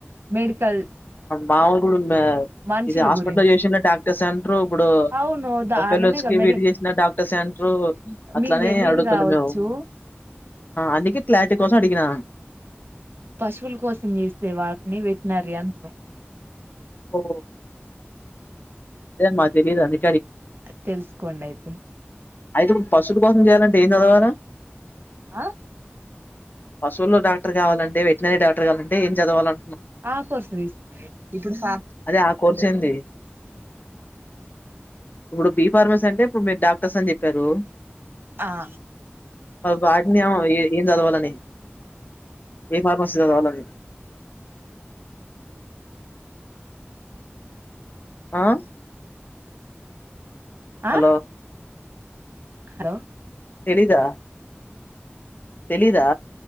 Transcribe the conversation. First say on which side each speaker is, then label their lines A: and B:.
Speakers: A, on the right (about 60°); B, on the left (about 50°).
A: మెడికల్
B: పాములు కూడా ఉన్న
A: మనుషుల
B: ఇది హాస్పిటలో
A: గురించి
B: చేసిన డాక్టర్ సే అంటారు ఇప్పుడు
A: అవును ద
B: బఫెలోస్
A: అలానే గా
B: కి
A: మెడి
B: వీటికి చేసిన డాక్టర్ సే అంట ప్పుడు అట్లానే
A: మీకు తెలీదు
B: అడుగుతున్నా
A: కావచ్చు
B: మేము అందుకే క్లారిటీ కోసం అడిగిన
A: పశువుల కోసం చేసే వాటిని వెటనరీ అంటాం
B: ఓ అదే మాకు తెలిదు అది
A: తెలుసుకోండి అయితే
B: అయితే ఇప్పుడు పశువులా కోసం చేయాలంటే ఏం చదవాలా
A: ఆ
B: పశువుల్లో డాక్టర్ కావాలంటే వెెటనరీ డాక్టర్ కావాలంటే ఏం చదవాలా
A: ఆ కోర్స్ తీసి ఇప్పుడు ఫ
B: అదే ఆ కోర్స్ ఏంది ఇప్పుడు బి ఫార్మసీ అంటే ఇప్పుడు మీరు డాక్టర్స్ అని చెప్పారు
A: ఆ
B: మరి వాటినవ్ ఎ ఏం చదవాలని ఏ ఫార్మసీ చదవాలని
A: <inaudible>
B: ఆహ్
A: ఆ
B: హలో
A: హలో
B: తెలీదా తెలీదా